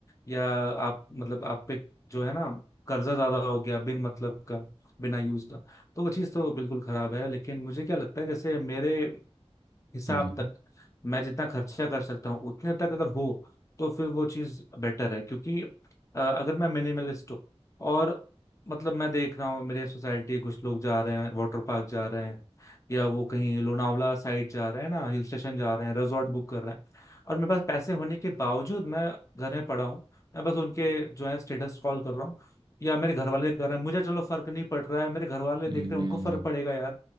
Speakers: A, on the left; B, on the right.
A: या आप मतलब आप पे जो है ना कर्जा ज्यादा हो गया बिन मतलब का बिना यूज का तो वो चीज़ तो बिल्कुल खराब है लेकिन मुझे क्या लगता है जैसे मेरे हिसाब
B: हम्म
A: तक मैं जितना खर्चा कर सकता हूँ उतने तक अगर हो तो फिर वो चीज बेटर है क्योंकि अ, अगर मैं मिनिमलिस्ट हूँ और मतलब मैं देख रहा हूँ मेरे सोसाइटी कुछ लोग जा रहे हैं वाटर पार्क जा रहे हैं या वो कहीं लोनावला साइड जा रहे हैं ना हिल स्टेशन जा रहे हैं रिजॉर्ट बुक कर रहे हैं और मेरे पास पैसे होने के बावजूद मैं घर में पड़ा हूँ मैं बस उनके जो है स्टेटस स्क्रॉल कर रहा हूँ या मेरे घर वाले कर रहे हैं मुझे चलो फर्क नहीं पड़ रहा है मेरे घर वाले
B: हम्म
A: देख रहे हैं
B: हम्म
A: उनको फर्क पड़ेगा यार